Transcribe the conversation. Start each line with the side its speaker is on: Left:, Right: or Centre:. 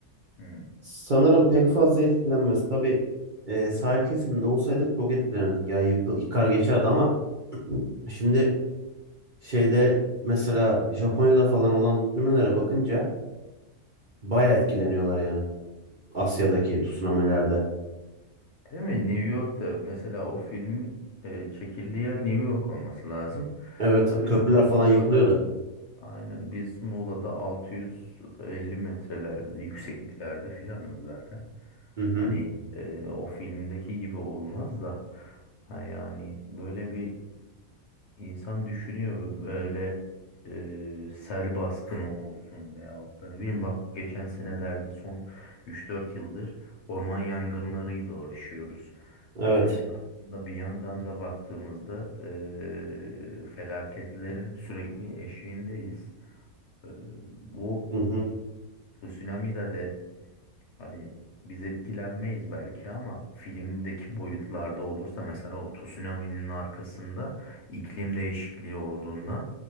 Left: Hmm.
Right: sanırım pek fazla etkilenmez. Tabii eee sahil kesiminde olsaydık çok etkilenirdik. Ya yık- yıkar geçerdi ama şimdi şeyde mesela Japonya'da falan olan tsunami'lere bakınca baya etkileniyorlar yani. Asya'daki tsunami'lerde.
Left: Değil mi? New York'ta mesela o filmin e, çekildiği yer New York olması lazım.
Right: Evet,
Left: Tabii
Right: köprüler
Left: biz
Right: falan
Left: Muğla'da
Right: yıkılıyordu.
Left: aynen biz Muğla'da 650 metrelerde yüksekliklerde filanız zaten.
Right: Hı hı.
Left: Hani e, o filmdeki gibi olmaz da ha yani böyle bir İnsan düşünüyor bö- böyle e, sel baskını olsun veyahut da ne bileyim bak geçen senelerde son üç dört yıldır orman yangınlarıyla uğraşıyoruz.
Right: Evet.
Left: Yani aslında bir yandan da baktığımızda e, felaketlerin sürekli eşiğindeyiz. E, bu
Right: Hı hı.
Left: tsunami'de de Hani biz etkilenmeyiz belki ama filmdeki boyutlarda olursa mesela o tsunami'nin arkasında iklim değişikliği olduğundan